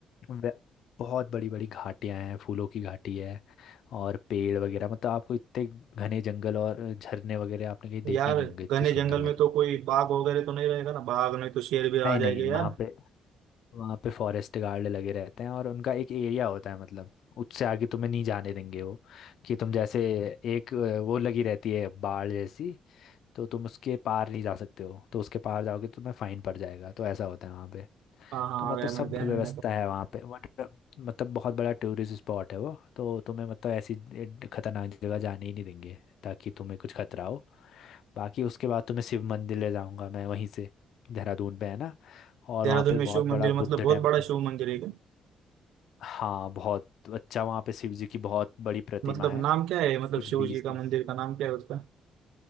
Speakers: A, on the left (about 70°); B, on the right (about 90°).
A: वे- बहुत बड़ी बड़ी घाटियाँ हैं फूलों की घाटी है और पेड़ वगैरह मतलब आपको इतने घने जंगल और झरने वगैरह आपने कहीं देखे
B: यार
A: ही नहीं होंगे
B: घने
A: इतने
B: जंगल
A: सुंदर वाले
B: में तो कोई बाघ वगैरह तो नहीं रहेगा ना बाघ नहीं तो शेर भी आ
A: नहीं
B: जाएंगे
A: नहीं
B: यार
A: वहाँ पे वहाँ पे फॉरेस्ट गार्ड लगे रहते हैं और उनका एक एरिया होता है मतलब उससे आगे तुम्हें नहीं जाने देंगे वो कि तुम जैसे एक अ, वो लगी रहती है बाड़ जैसी तो तुम उसके पार नहीं जा सकते हो तो उसके पार जाओगे तो तुम्हें फाइन पड़ जाएगा तो ऐसा होता है वहाँ पे
B: हाँ हाँ
A: तो मतलब
B: आ गया
A: सब
B: मेरे ध्यान
A: व्यवस्था
B: में
A: है वहाँ पे बट मतलब बहुत बड़ा टूरिस्ट स्पॉट है वो तो तुम्हें मतलब ऐसी ए- खतरनाक जगह जाने ही नहीं देंगे ताकि तुम्हें कुछ खतरा हो बाकी उसके बाद तुम्हें शिव मंदिर ले जाऊंगा मैं वहीं से देहरादून पे है ना और
B: देहरादून
A: वहाँ पे
B: में शिव
A: बहुत
B: मंदिर
A: बड़ा
B: मतलब
A: बुद्ध
B: बहुत
A: टेम्पल
B: बड़ा शिव मंदिर है क्या?
A: हाँ बहुत अच्छा वहाँ पे शिव जी की बहुत बड़ी प्रतिमा
B: मतलब
A: है
B: नाम क्या है मतलब
A: कुछ
B: शिव
A: बीस
B: जी का
A: तीस
B: मंदिर का नाम क्या है उसका